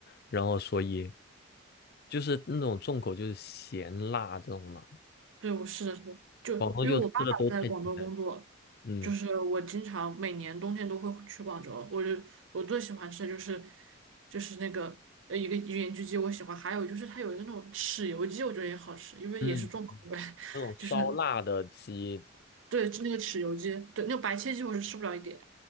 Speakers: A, on the left; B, on the right.
A: 然后所以就是那种重口就是咸辣这种嘛，
B: 对，我是的，是的就因为我爸爸在广州工作，
A: 广东就吃的都太简单，嗯
B: 就是我经常每年冬天都会去广州。我就我最喜欢吃的就是就是那个呃一个盐焗鸡，我喜欢，还有就是它有一个那种豉油鸡，我觉得也好吃，因为也是重口味，
A: 嗯，
B: <laughs>
A: 那种烧辣的鸡
B: 就是对那个豉油鸡，对那个白切鸡我是吃不了一点。